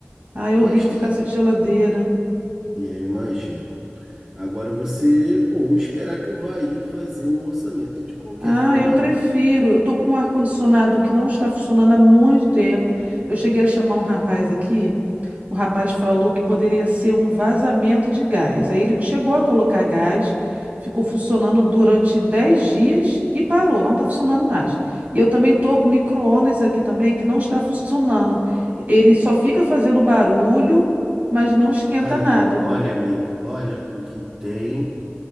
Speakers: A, on the right (about 40°); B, on the right (about 25°).
A: Ah, é horrível
B: Mas tem,
A: ficar sem geladeira.
B: é, eu imagino. Agora você, ou esperar que eu vá aí fazer um orçamento. De qualquer
A: Ah,
B: forma,
A: eu prefiro. Eu tô com um ar-condicionado que não está funcionando há muito tempo. Eu cheguei a chamar um rapaz aqui. O rapaz falou que poderia ser um vazamento de gás. Aí ele chegou a colocar gás, ficou funcionando durante 10 dias e parou, não está funcionando mais. E eu também tô com micro-ondas aqui também que não está funcionando. Ele só fica fazendo barulho, mas não esquenta
B: olha,
A: nada.
B: o- olha, amiga, olha o que tem,